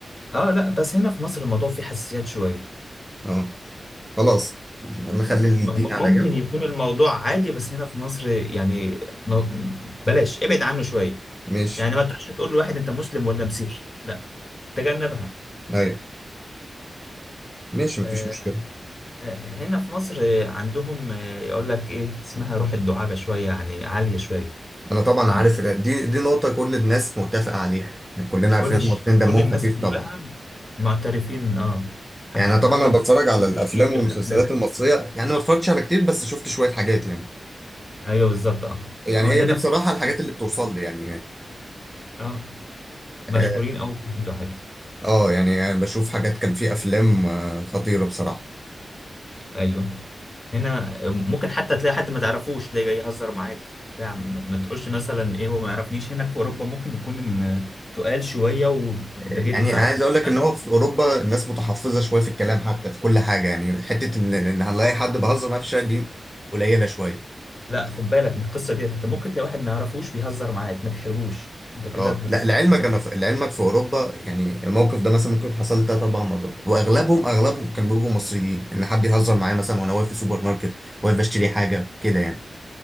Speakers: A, on the left (about 25°); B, in the centre.
A: اه لا بس هنا في مصر الموضوع فيه حساسيات شوية
B: اه خلاص
A: م-
B: نخلي
A: م-
B: الدين على
A: ممكن
B: جنب
A: يكون الموضوع عادي بس هنا في مصر يعني ن- بلاش ابعد عنه شوية
B: ماشي
A: يعني ما تروحش تقول لواحد انت مسلم ولا مسيحي لا تجنبها
B: ايوه ماشي مفيش
A: آه،
B: مشكلة
A: آه، هنا في مصر آه، عندهم آه، يقول لك ايه اسمها روح الدعابة شوية يعني عالية شوية
B: انا طبعا
A: م-
B: عارف إن دي دي نقطة كل الناس متفقة عليها يعني كلنا عارفين
A: كل الش-
B: إن المصريين دمهم
A: كل الناس
B: خفيف
A: كلها
B: طبعا
A: معترفين اه حتى
B: يعني أنا طبعا
A: حتى
B: انا
A: ممكن
B: بتفرج على
A: يكونوا
B: الافلام
A: في
B: والمسلسلات
A: الافلام
B: المصرية يعني ما اتفرجتش على كتير بس شفت شوية حاجات يعني
A: ايوه بالظبط اه
B: يعني
A: هو
B: هي
A: هنا
B: دي بصراحة
A: في مصر
B: الحاجات اللي بتوصل لي يعني
A: اه آه. مشهورين
B: اه
A: أوي في الدعابة
B: آه، يعني بشوف حاجات كان في افلام آه، خطيرة بصراحة
A: أيوه هنا ممكن حتى تلاقي حد ما تعرفوش تلاقي جاي يهزر معاك بتاع م- ما تقولش مثلا ايه هو ما يعرفنيش هناك في اوروبا ممكن يكون ان تقال شويه وانت
B: يعني
A: جيت ما تعرفنيش
B: عايز اقول لك
A: لا
B: ان هو في اوروبا الناس متحفظه شويه في الكلام حتى في كل حاجه يعني حته ان ان هنلاقي حد بهزر معاه في الشارع دي قليله شويه
A: لا خد بالك من القصه ديت انت ممكن تلاقي واحد ما يعرفوش بيهزر معاك ما تحرجوش انت كده
B: اه
A: دخلت
B: لا لعلمك
A: في قصه
B: انا
A: مش
B: في لعلمك في اوروبا يعني الموقف ده مثلا ممكن حصل لي ثلاث اربع مرات واغلبهم اغلبهم كانوا بيبقوا مصريين ان حد يهزر معايا مثلا وانا واقف في سوبر ماركت واقف بشتري حاجه كده يعني